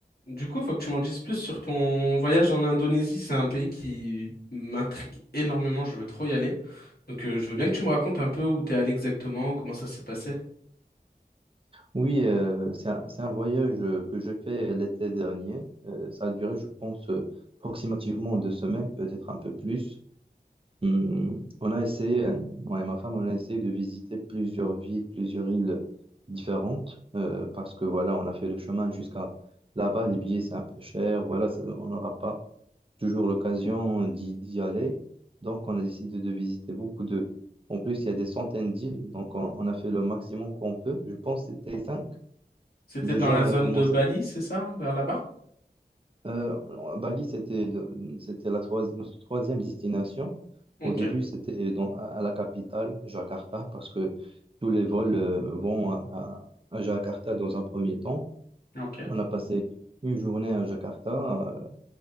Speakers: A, on the left (about 70°); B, on the right (about 35°).
A: Du coup, faut que tu m'en dises plus sur ton voyage en Indonésie. C'est un pays qui m'intrigue énormément. Je veux trop y aller. Donc, euh, je veux bien que tu me racontes un peu où t'es allé exactement, comment ça s'est passé.
B: Oui, euh, c'est un, c'est un voyage euh, que je fais euh, l'été dernier. Euh, ça a duré, je pense, euh, approximativement deux semaines, peut-être un peu plus. Hum, on a essayé, euh, moi et ma femme, on a essayé de visiter plusieurs villes, plusieurs îles différentes, euh, parce que voilà, on a fait le chemin jusqu'à là-bas. Les billets, c'est un peu cher. Voilà, ça- on n'aura pas toujours l'occasion d'y d'y aller. Donc, on a décidé de visiter beaucoup de... En plus, il y a des centaines d'îles, donc on, on a fait le maximum qu'on peut. Je pense que c'était cinq.
A: C'était
B: Déjà,
A: dans la
B: on
A: zone
B: a commencé.
A: de Bali, c'est ça, vers là-bas?
B: euh, Bali, c'était le- c'était la troisi- notre troisième destination.
A: Ok,
B: Au début, c'était dans, à à la capitale, Jakarta, parce que tous les vols euh, vont à, à Jakarta dans un premier temps.
A: ok.
B: On a passé une journée à Jakarta, euh,